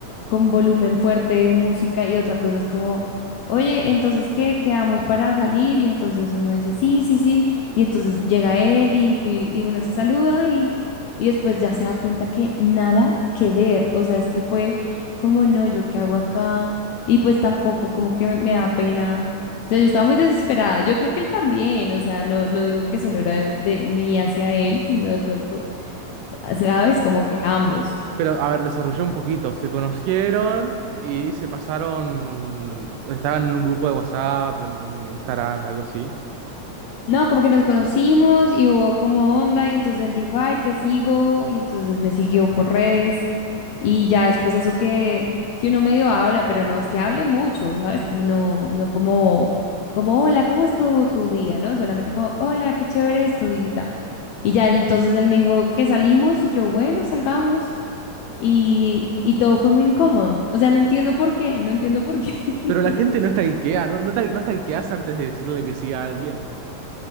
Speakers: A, on the left; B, on the right.
A: con volumen fuerte, música y otra cosa es como, oye, entonces, ¿qué? Quedamos para salir y entonces uno dice, sí, sí, sí, y entonces llega él y, y y uno se saluda y, y después ya se da cuenta que nada que ver, o sea, es que fue como, no, yo qué hago acá y pues tampoco, como que me, me da pena. O sea, yo estaba muy desesperada. Yo creo que él también, o sea, no, no digo que solo era de, de mí hacia él, sino de pronto ¿sabes? Como que ambos.
B: Pero a ver, desarrolló un poquito. Se conocieron y se pasaron, estaban en un grupo de WhatsApp, en Instagram, algo así.
A: No, como que nos conocimos y hubo como onda y entonces él dijo, ay, te sigo y entonces me siguió por redes y ya después eso que, que uno medio habla, pero no es que hable mucho, ¿sabes? Como no, no como, como, hola, ¿cómo estuvo tu día? ¿No? Solamente como, hola, qué chévere es tu día. Y ya entonces él me dijo que salimos y yo, bueno, salgamos. Y, y todo fue muy incómodo. O sea, no entiendo por qué, no entiendo por qué. <laughs>
B: Pero la gente no está no, no, tal- no stalkeas antes de decirle que sí a alguien.